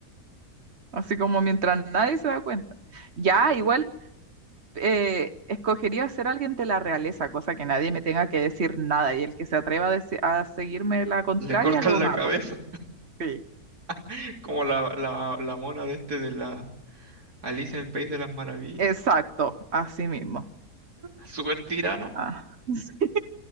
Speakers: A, on the right; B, on the right.
A: Así como mientras nadie se da cuenta. Ya, igual eh, escogería ser alguien de la realeza, cosa que nadie me tenga que decir nada. Y el que se atreva a, deci- a seguirme la contraria
B: Le cortan
A: lo
B: la
A: mato.
B: cabeza,
A: Sí.
B: <laughs> como la, la, la mona de este de la Alicia en el País de las Maravillas.
A: Exacto, así mismo.
B: Súper tirana.
A: Ah, <laughs> sí.